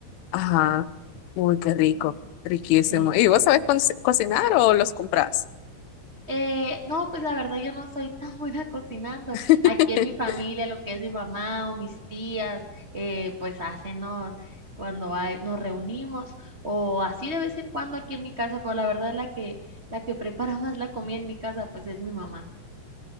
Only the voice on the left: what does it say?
Ajá. Uy, qué rico.
Riquísimo.
¿Y vos sabés conci- cocinar o los comprás?
<laughs>